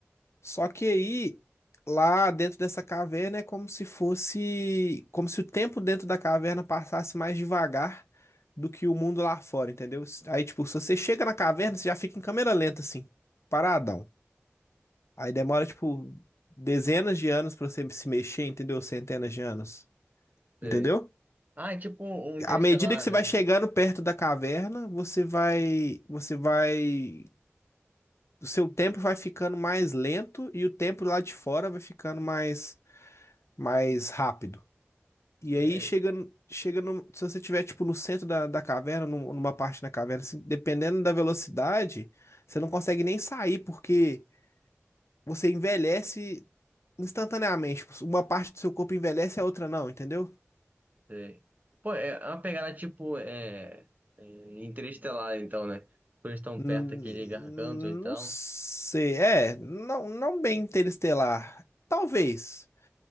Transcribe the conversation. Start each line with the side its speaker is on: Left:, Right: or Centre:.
Left: Só que aí lá dentro dessa caverna é como se fosse, como se o tempo dentro da caverna passasse mais devagar do que o mundo lá fora, entendeu? Aí tipo, se você chega na caverna, você já fica em câmera lenta assim, paradão. Aí demora tipo dezenas de anos pra você se mexer, entendeu? Centenas de anos,
Right: sei.
Left: entendeu?
Right: Ah, é tipo um Interestelar,
Left: à medida que você
Right: né?
Left: vai chegando perto da caverna, você vai, você vai, o seu tempo vai ficando mais lento e o tempo lá de fora vai ficando mais, mais rápido. E
Right: Sei,
Left: aí chega, chega no- se você estiver tipo no centro da, da caverna, num- numa parte da caverna, assim, dependendo da velocidade, você não consegue nem sair porque você envelhece instantaneamente. Uma parte do seu corpo envelhece, a outra não, entendeu?
Right: sei. Pô, é uma pegada tipo é, é Interestelar, então, né? Porque Eles estão
Left: Hum,
Right: perto daquele garganto, então.
Left: Não sei. É, não, não bem interestelar. Talvez.